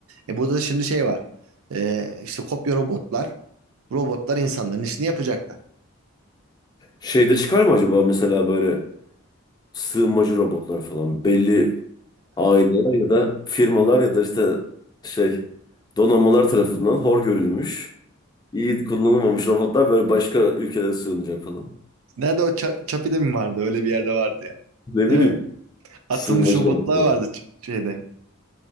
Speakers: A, on the right; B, on the left.
A: E burada da şimdi şey var. E, işte kopya robotlar. Robotlar insanların işini yapacaklar.
B: Şeyde çıkar mı acaba mesela böyle sığınmacı robotlar falan belli aileler ya da firmalar ya da işte şey donanmalar tarafından hor görülmüş, iyi kullanılmamış robotlar böyle başka ülkelere sığınacak falan.
A: Nerede o Ça- Çapi'de mi vardı? Öyle bir yerde vardı ya.
B: Ne
A: Değil
B: bileyim
A: mi? Atılmış
B: sığınmacı
A: robotlar
B: robotlar.
A: vardı ç- şeyde.